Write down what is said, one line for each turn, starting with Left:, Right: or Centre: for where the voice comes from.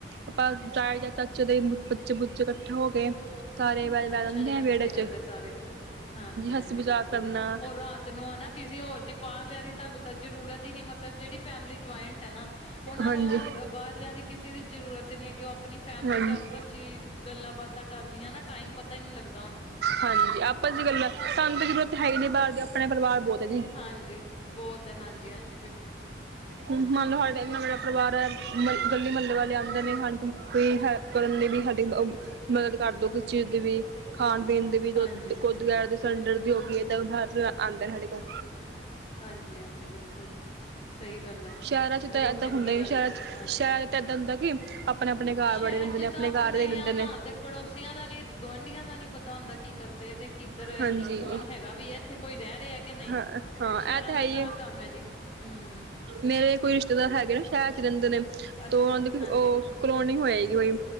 Right: ਆਪਾਂ ਚਾਏ ਜਾ ਚਾਚੇ ਦੇ ਬੱਚੇ ਬੁੱਚੇ ਇਕੱਠੇ ਹੋ ਕੇ ਸਾਰੇ ਬਹਿ ਜਾਂਦੇ
Left: ਅੱਛਾ ਜੀ ਇਕੱਠੇ
Right: ਆ ਵਿਹੜੇ
Left: ਹੀ
Right: ਚ
Left: ਰਹਿੰਦੇ ਸਾਰੇ। ਹਾਂਜੀ ਹਾਂਜੀ
Right: ਹਸੀ ਮਜ਼ਾਕ
Left: ਬਿਲਕੁਲ
Right: ਕਰਨਾ
Left: ਉਹਰ ਰਾਤ ਨੂੰ ਹੈ ਨਾ ਕਿਸੇ ਰ ਦੀ ਬਾਹਰ ਲਿਆ ਦੀ ਤੁਹਾਨੂੰ ਤਾਂ ਜ਼ਰੂਰਤ ਹੀ ਨੀ ਮਤਲਬ ਜਿਹੜੀ ਫੈਮਿਲੀ ਜੁਆਇੰਟ ਹੈ ਨਾ ਉਹਨਾਂ
Right: ਹਾਂਜੀ
Left: ਨੂੰ ਬਾਹਰਲਿਆਂ ਦੀ ਕਿਸੇ ਦੀ ਜਰੂਰਤ ਨੀ ਹੈਗੀ ਉਹ ਆਪਣੀ ਫੈਮਿਲੀ
Right: ਹਾਂਜੀ
Left: ਚ ਆਪਸ ਹੀ ਗੱਲਾਂ ਬਾਤਾਂ ਕਰਲੀਆਂ ਨਾ। ਟਾਈਮ ਪਤਾ ਹੀ ਨਹੀਂ ਲੱਗਦਾ ਹੋਣਾ
Right: ਹਾਂਜੀ ਆਪਾਸ ਚ ਗੱਲਾਂ ਸਾਨੂੰ ਤੇ ਜ਼ਰੂਰਤ ਹੈ ਹੀ ਨਹੀਂ ਬਾਹਰ ਦੀ ਆਪਣੇ ਪਰਿਵਾਰ ਬਹੁਤ ਹੈ ਜੀ।
Left: ਹਾਂਜੀ ਬਹੁਤ ਹੈ ਹਾਂਜੀ ਹਾਂਜੀ ਬਿਲਕੁਲ।
Right: ਹ ਮੰਨ ਲਓ ਸਾਡੇ ਇਨਾ ਵੇਡਾ ਪਰਿਵਾਰ ਹੈ ਗੱਲਲੀ ਮੰੱਲ ਵਾਲੇ ਆਉਂਦੇ ਨੇ ਹ ਕੋਈ ਹੈ। ਕਰਨ ਲਈ ਵੀ ਸਾਡੀ ਮਦਦ ਕਰਦੋ ਕਿਸ ਚੀਜ਼ ਦੀ ਵੀ ਖਾਣ ਪੀਣ ਦੀ ਦੁੁੱਦ
Left: ਹਾਂਜੀ
Right: ਵਗੈ ਦੇ ਸਿਲੰਡਰ ਦੀ ਹੋ ਗਈ ਏਦ ਬਾਹਰ ਆਉਂਦਾ ਸਾਡੇ ਕੋਲ।
Left: ਹਾਂਜੀ ਹਾਂਜੀ ਬਿਲਕੁਲ ਸਹੀ ਗੱਲ ਹੈ
Right: ਸ਼ਹਿਰਾਂ ਚ
Left: ਚਲੋ
Right: ਤਾਂ ਏਦਾਂ
Left: ਚੰਗੀ
Right: ਹੁੰਦਾ ਹੀ
Left: ਗੱਲ
Right: ਸ਼ਹਿਰਾਂ
Left: ਹੈ
Right: ਚ
Left: ਹਾਂਜੀ।
Right: ਸ਼ਹਿਰਾਂ ਚ ਤਾਂ ਏਦਾਂ ਹੁੰਦਾ ਕਿ ਆਪਣੇ ਆਪਣੇ ਘਰ
Left: ਸ਼ਹਿਰ
Right: ਬੜੇ ਰਹਿੰਦੇ
Left: ਚ
Right: ਨੇ
Left: ਤਾਂ ਆਪਣੇ
Right: ਘਰ ਦੇ ਰਹਿੰਦੇ ਨੇ
Left: ਨਾਲ ਦੇ ਪੜੋਸੀਆਂ ਦਾ ਨੀ ਗੁਆਂਢੀਆਂ ਦਾ ਨੀ ਪਤਾ। ਪਤਾ ਹੁੰਦਾ ਕੀ ਕਰਦੇ ਤੇ ਕਿੱਧਰ
Right: ਹਾਂਜੀ
Left: ਕੀ ਕੌਣ ਹੈਗਾ ਵੀ ਹੈ ਇੱਥੇ ਕੋਈ ਰਹਿ ਰਿਹਾ ਕਿ ਨਹੀਂ।
Right: ਹਾਂ ਹਾਂ
Left: ਸ਼ਹਿਰਾਂ
Right: ਇਹ
Left: ਦਾ
Right: ਹੈ ਹੀ
Left: ਤਾਂ ਆਹ ਕੰਮ ਹੈ ਜੀ ਹਮ।
Right: ਮੇਰੇ ਕੋਈ ਰਿਸ਼ਤੇਦਾਰ ਹੈਗੇ ਨਾ ਸ਼ਹਿਰ ਚ ਰਹਿੰਦੇ ਨੇ
Left: ਅੱਛਾ
Right: ਤੇ ਉਹਨਾਂ ਦੇ
Left: ਹਾਂਜੀ
Right: ਉਹ ਕਲੋਨੀ ਹੋਏਗੀ ਕੋਈ